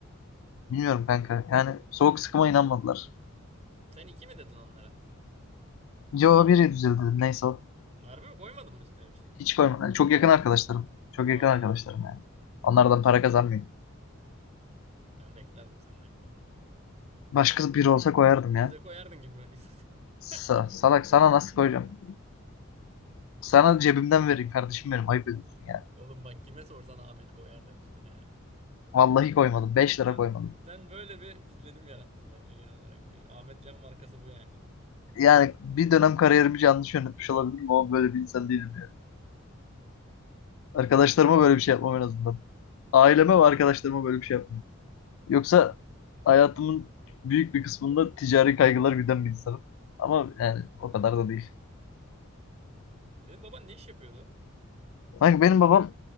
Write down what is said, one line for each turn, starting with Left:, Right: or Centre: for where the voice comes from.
Left: Bilmiyorum kanka. Yani soğuk sıkıma inanmadılar.
Right: Sen iki mi dedin onlara?
Left: Yo biri düzeldi. Neyse o.
Right: Harbi mi koymadın mı üstüne bir şey?
Left: Hiç koymadım. Yani çok
Right: Al.
Left: yakın arkadaşlarım. Çok
Right: Aa,
Left: yakın arkadaşlarım yani. Onlardan para kazanmıyorum.
Right: ben beklerdim senden koymanı.
Left: Başkası biri olsa koyardım ya.
Right: Bize koyardın gibi. mi? <laughs>
Left: Sa-
Right: Sanki.
Left: salak sana nasıl koyacağım? Sana cebimden vereyim kardeşim benim. Ayıp ediyorsun ya.
Right: Oğlum bak kime sorsan Ahmet koyar der üstüne ya.
Left: Vallahi koymadım. 5
Right: Ya
Left: lira
Right: sen,
Left: koymadım.
Right: sen böyle bir izlenim yarattın bence genel olarak. Bir Ahmet Can markası bu yani.
Left: Yani bir dönem kariyerimi yanlış yönetmiş olabilirim ama böyle bir insan değilim ya. Arkadaşlarıma böyle bir şey yapmam en azından. Aileme ve arkadaşlarıma böyle bir şey yapmam. Yoksa hayatımın büyük bir kısmında ticari kaygılar güden bir insanım. Ama yani o kadar da değil.
Right: Senin baban ne iş yapıyordu?
Left: Kanka benim babam